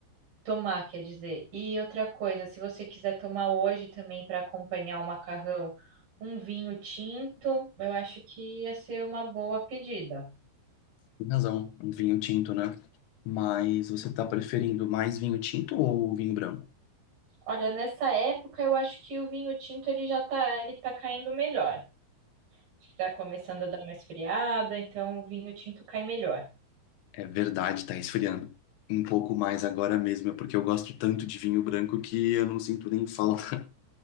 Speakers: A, on the right; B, on the left.
A: tomar, quer dizer. E outra coisa, se você quiser tomar hoje também para acompanhar o macarrão, um vinho tinto, eu acho que ia ser uma boa pedida.
B: Tem razão, um vinho tinto, né? Mas você tá preferindo mais vinho tinto ou vinho branco?
A: Olha, nessa época eu acho que o vinho tinto ele já tá, ele tá caindo melhor. Acho que tá começando a dar uma esfriada, então o vinho tinto cai melhor.
B: É verdade, tá esfriando. Um pouco mais agora mesmo, é porque eu gosto tanto de vinho branco que eu não sinto nem falta.